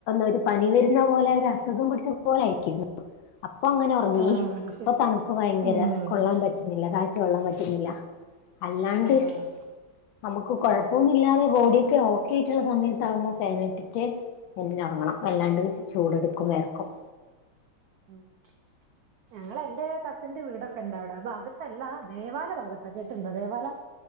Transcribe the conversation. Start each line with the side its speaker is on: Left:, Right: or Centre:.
Left: ഒര് പനി വരുന്ന പോലെ ഒരു അസുഖം പിടിച്ച പോലെ ആയിരിക്കിന്ന്‌. അപ്പൊങ്ങനെ ഒറങ്ങി
Right: ആഹ് അത്
Left: ഇപ്പൊ
Right: ശരി
Left: തണുപ്പ് ഭയങ്കര.
Right: ഉം
Left: കൊള്ളാൻ പറ്റുന്നില്ല കാറ്റ് കൊള്ളാൻ പറ്റുന്നില്ല അല്ലാണ്ട്
Right: ആഹ്
Left: നമുക്ക് കൊഴപ്പൊന്നുല്ലാതെ ബോഡിക്കെ ഓക്കെയിട്ടുള്ള സമയത്താകുമ്പോ ഫാനിറ്റിട്ട്. പിന്നെറങ്ങണം അല്ലാണ്ട് ചൂടെടുക്കും വേർക്കും
Right: മ്മ് ഞങ്ങളെ ന്റെ കസിന്റെ വീടൊക്കെ ണ്ടവിട ആ ഭാഗത്തല്ല ദേവാല ഭാഗത്തകേട്ടിട്ടുണ്ട ദേവാല